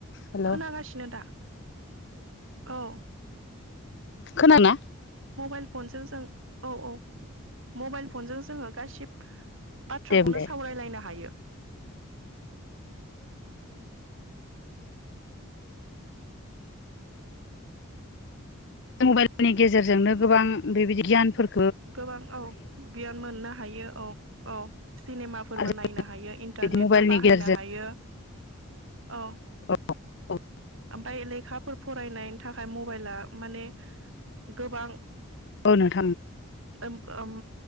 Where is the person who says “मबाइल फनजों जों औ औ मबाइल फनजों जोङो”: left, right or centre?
Right